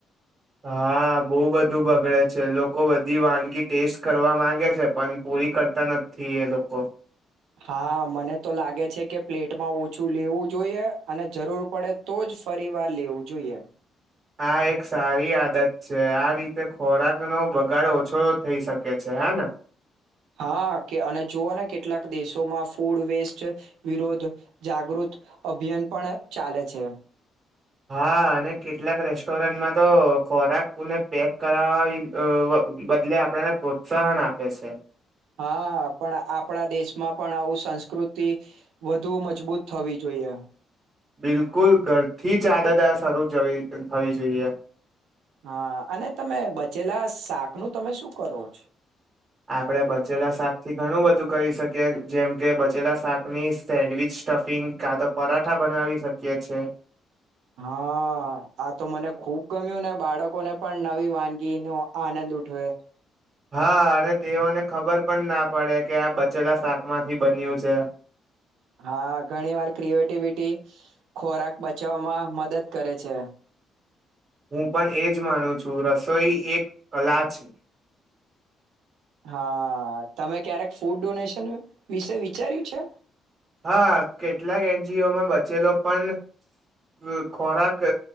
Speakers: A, on the right; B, on the right.
A: હા, બહુ બધું બગડે છે. લોકો બધી વાનગી ટેસ્ટ કરવા માંગે છે. પણ પૂરી કરતા નથી એ લોકો.
B: હા, મને તો લાગે છે. કે પ્લેટમાં ઓછું લેવું જોઈએ અને જરૂર પડે તો જ ફરી વાર લેવું જોઈએ.
A: આ એક સારી આદત છે. આ રીતે ખોરાકનો બગાડ ઓછો થઈ શકે છે. હા ને
B: હા, કે અને જુઓને કેટલાક દેશોમાં ફૂડ વેસ્ટ વિરોદ્ધ જાગૃત અભિયાન પણ ચાલે છે.
A: હા અને કેટલાક રેસ્ટોરન્ટમાં તો ખોરાકોને પેક કરાવ બદલે આપણને પ્રોત્સાહન આપે છે.
B: હા, પણ આપણા દેશમાં પણ આવું સંસ્કૃતિ વધુ મજબૂત થવી જોઈએ.
A: બિલકુલ ઘરથી જ આદત આ શરૂ જ થવી જોઈએ.
B: હા, અને તમે બચેલા શાક નું તમે શું કરો છો.
A: આપડે. બચેલા શાક થી, ઘણું બધું કરી શકીએ જેમ કે બચેલા શાકની સેન્ડવીચ, સ્ટફિંગ કાં તો પરાઠા બનાવી શકીએ છે.
B: હા, આ તો મને ખુબ ગમ્યું ને બાળકોને પણ નવી વાનગી ન આનંદ ઉઠાવે.
A: હા, અને તેઓને ખબર પણ ના પડે કે આ બચેલા શાકમાંથી બન્યું છે.
B: હા, ઘણી વાર. ઈમયુનીટી ખોરાક બચાવવામાં મદદ કરે છે.
A: હું, પણ એજ માનું છું. રસોઈ એક કલા છે.
B: હા, તમે ક્યારેક ફૂડ ડોનેશન વિશે વિચાર્યું છે.
A: હા. કેટલાક એનજીઓમાં બચેલો પણ ખોરાક